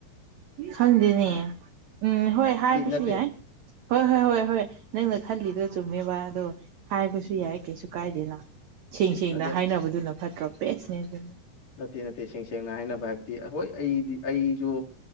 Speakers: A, on the right (about 80°); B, on the left (about 50°).
A: ꯈꯪꯗꯦꯅꯦ ꯎꯝ ꯍꯣꯏ ꯍꯥꯏꯕꯁꯨ
B: ꯅꯠꯇꯦ
A: ꯌꯥꯏ ꯍꯣꯏ ꯍꯣꯏ ꯍꯣꯏ ꯍꯣꯏ ꯅꯪ ꯈꯜꯂꯤꯗꯣ ꯆꯨꯝꯃꯦꯕ ꯑꯗꯣ ꯍꯥꯏꯕꯁꯨ ꯌꯥꯏ ꯀꯩꯁꯨ ꯀꯥꯏꯗꯦꯅ ꯁꯦꯡ ꯁꯦꯡꯅ
B: ꯅꯠꯇꯦ ꯑꯁ
A: ꯍꯥꯏꯅꯕꯗꯨꯅ ꯐꯠꯇ꯭ꯔꯣ ꯕꯦꯁꯅꯦ ꯑꯗꯨꯅ
B: ꯅꯠꯇꯦ ꯅꯠꯇꯦ ꯁꯦꯡ ꯁꯦꯡꯅ ꯍꯥꯏꯅꯕ ꯍꯥꯏꯕꯗꯤ ꯍꯣꯏ ꯑꯩꯗꯤ ꯑꯩꯁꯨ